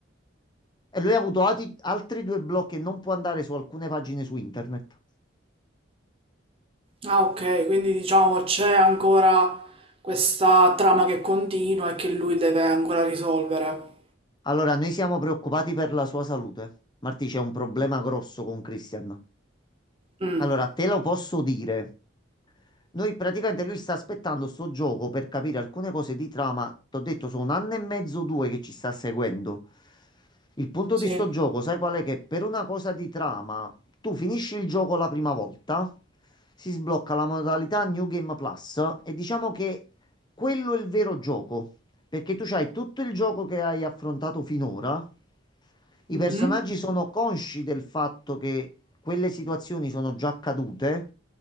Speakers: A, on the left (about 20°); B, on the right (about 30°).
A: e lui ha avuto ati- altri due blocchi e non può andare su alcune pagine su internet.
B: Ah, ok, quindi diciamo c'è ancora questa trama che continua e che lui deve ancora risolvere.
A: Allora, noi siamo preoccupati per la sua salute. Marti, c'è un problema grosso con Christian.
B: Mm.
A: Allora, te lo posso dire. Noi praticamente lui sta aspettando sto gioco per capire alcune cose di trama. T'ho detto, sono un anno e mezzo, due che ci sta seguendo. Il punto
B: Sì.
A: di sto gioco, sai qual è? Che per una cosa di trama, tu finisci il gioco la prima volta, si sblocca la modalità New Game Plus e diciamo che quello è il vero gioco, perché tu hai tutto il gioco che hai affrontato finora, i
B: Mhm.
A: personaggi sono consci del fatto che quelle situazioni sono già accadute